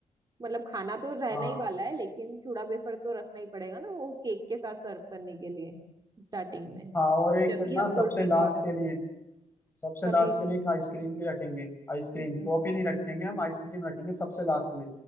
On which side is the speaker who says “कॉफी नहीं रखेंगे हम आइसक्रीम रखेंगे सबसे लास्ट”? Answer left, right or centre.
Left